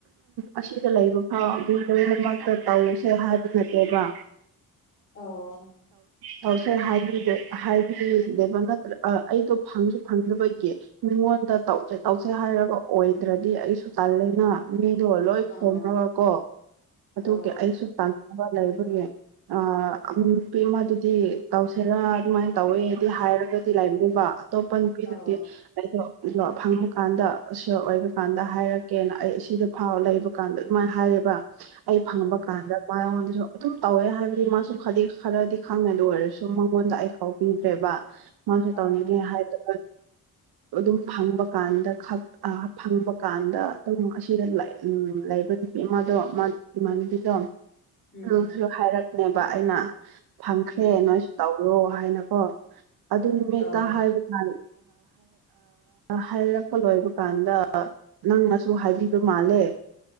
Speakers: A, on the right; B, on the left.
A: ꯑꯁꯤꯗ ꯂꯩꯕ ꯍꯥꯎ ꯑꯗꯨ ꯂꯕꯥꯛꯇ ꯇꯧꯁꯦ ꯍꯥꯏꯕ ꯅꯠꯇꯦꯕ
B: ꯑ <unintelligible>
A: ꯁꯔ ꯍꯥꯏꯦꯕ ꯅꯠꯇ꯭ꯔ ꯑꯩꯗꯣ ꯐꯪꯁꯨ ꯐꯪꯗꯕꯒꯤ ꯃꯤꯉꯣꯟ ꯇꯧꯁꯦ ꯇꯧꯁꯦ ꯍꯥꯏꯔꯒ ꯑꯣꯏꯗ꯭ꯔꯗꯤ ꯑꯩꯁꯨ ꯇꯜꯂꯦꯅ ꯑꯗꯣ ꯂꯣꯏ
B: ꯑꯥ
A: ꯈꯣꯅꯒꯀꯣ ꯑꯗꯨꯒꯤ
B: ꯑꯧ
A: ꯑꯩꯁꯨ ꯇ ꯑꯃ ꯂꯩ ꯑꯩꯈꯣꯏꯒꯤ ꯑ ꯅꯨꯄꯤꯃꯗꯨꯗꯤ ꯇꯧꯁꯦꯔꯥ ꯑꯗꯨꯃꯥꯏꯅ ꯇꯧꯋꯦꯗꯤ ꯍꯥꯏꯔꯒ ꯂꯩꯕꯅꯦꯕ ꯑꯇꯣꯞꯄ ꯅꯨꯄꯤꯗꯨꯗꯤ
B: ꯑꯧ
A: ꯑꯩꯗ ꯐꯪ ꯀꯥꯟꯗ ꯁꯤꯌꯣꯔ ꯑꯣꯏꯕ ꯀꯥꯟꯗ ꯍꯥꯏꯔꯛꯀꯦꯅ ꯑꯩ ꯁꯤꯗ ꯐꯥꯎ ꯂꯩꯕ ꯀꯥꯟꯗ ꯑꯗꯨꯃꯥꯏꯅ ꯍꯥꯏꯔꯤꯕ ꯑꯩ ꯐꯪꯕ
B: ꯑꯥ
A: ꯀꯥꯟꯗ ꯃꯉꯣꯟꯗꯁꯨ ꯑꯗꯨꯝ ꯇꯧꯋꯦ ꯍꯥꯏꯕꯗꯤ ꯃꯥꯁꯨ ꯈꯗꯤ ꯈꯔꯗꯤ ꯈꯪꯉꯗ ꯑꯣꯏꯔꯁꯨ ꯃꯉꯣꯟꯗ ꯑꯩ ꯀꯥꯎꯕꯤꯗ꯭ꯔꯦꯕ ꯃꯥꯁꯨ
B: ꯑꯥ
A: ꯇꯧꯅꯤꯡꯉꯦ ꯍꯥꯏꯗ <unintelligible> ꯑꯗꯨꯝ ꯐꯪꯕ ꯀꯥꯟꯗ ꯐꯪꯕ ꯀꯥꯟꯗ ꯑꯗꯨꯝ ꯑꯁꯤꯗ ꯎꯝ ꯍꯥꯏꯕ ꯅꯨꯄꯤ ꯃꯥꯗꯣ ꯃꯥ ꯗꯤꯃꯥꯟꯒꯤꯗꯣ
B: ꯎꯝ
A: ꯑꯗꯨꯁꯨ ꯍꯥꯏꯔꯛꯅꯦꯕ ꯑꯩꯅ ꯐꯪꯈ꯭ꯔꯦ
B: ꯎꯝ
A: ꯅꯣꯏꯁꯨ ꯇꯧꯔꯣ ꯍꯥꯏꯅꯀꯣ ꯑꯗꯨ ꯅꯨꯃꯤꯠꯇ
B: ꯑꯧ
A: ꯍꯥꯏꯕ ꯀꯥꯟ ꯍꯥꯏꯔꯛꯄ ꯂꯣꯏꯕ ꯀꯥꯟꯗ ꯅꯪꯅꯁꯨ ꯍꯥꯏꯕꯤꯕ ꯃꯥꯜꯂꯦ